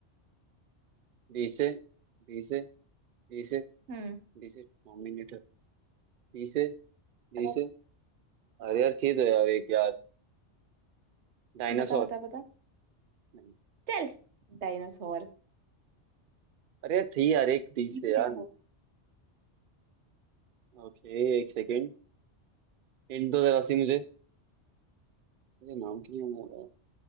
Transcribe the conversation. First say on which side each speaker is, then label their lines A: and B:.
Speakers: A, on the right; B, on the right.
A: डी से डी से डी से
B: हम्म
A: डी से डोमिनेटर डी से डी
B: बता
A: से अरे यार थी तो यार एक यार डायनासोर
B: बता बता बता
A: नहीं
B: चल डायनासोर
A: अरे यार थी यार एक डी
B: दिखा
A: से यार
B: है वो
A: ओके एक सेकेंड हिंट दो जरा सी मुझे मुझे नाम क्यों नहीं आ रहा है?